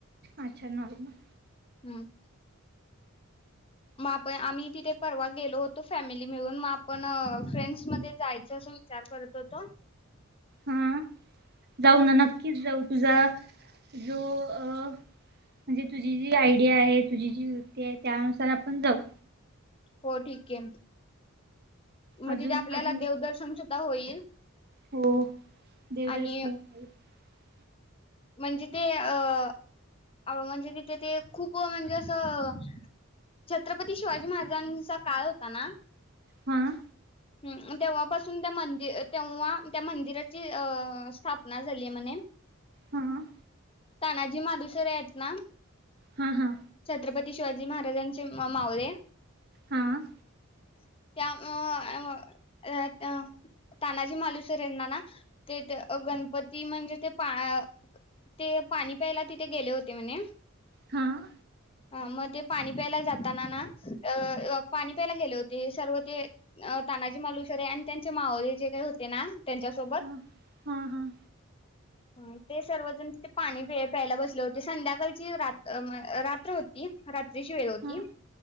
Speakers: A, on the right (about 50°); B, on the left (about 25°).
A: अच्छा नॉर्मल.
B: हम्म म आप आम्ही तिथे परवा गेलो होतो फॅमिली मिळून, म आपण फ्रेंडस मध्ये जायचं अस विचार करत होतो.
A: हां, जाऊ ना नक्कीच जाऊ. तुझा जो अ म्हणजे तुझी जी आयडिया आहे, तुझी जी वृत्ती आहे, त्यानुसार आपण जाऊ.
B: हो ठीके. म्हदे
A: अजून
B: तेे आपल्याला
A: अजून
B: देवदर्शन सुद्धा होईल. <inaudible>
A: हो देवदर्शन
B: आणि
A: <unintelligible>
B: म्हणजे ते अ, म्हणजे तिथं ते खूप म्हणजे असं छत्रपती शिवाजी महाराजांचा काळ होता ना
A: हां
B: हम् तेव्हापासून त्या मंदि तेव्हा त्या मंदिराची अ स्थापना झाली आय म्हणे.
A: हां
B: तानाजी मालुसरे आहेत ना
A: हां-हां
B: छत्रपती शिवाजी महाराजांचे म मावळे.
A: हां
B: त्या अंअ अंव अंवै त्या तानाजी मालुसरेंना ना ते त गणपती म्हणजे ते पा ते पाणी प्यायला तिथे गेले होते म्हणे.
A: हां
B: हां, म ते पाणी प्यायला जाताना ना, अ पाणी प्यायला गेले होते. सर्व ते तानाजी मालूसरे आणि त्यांचे मावळेे जे काही होते ना त्यांच्यासोबत
A: हं, हां-हां
B: हां ते सर्वजण तिथे पाणी प प्यायला बसले होते, संध्याकाळची रात अ म रात्र होती. तिची वेळ होती.
A: हां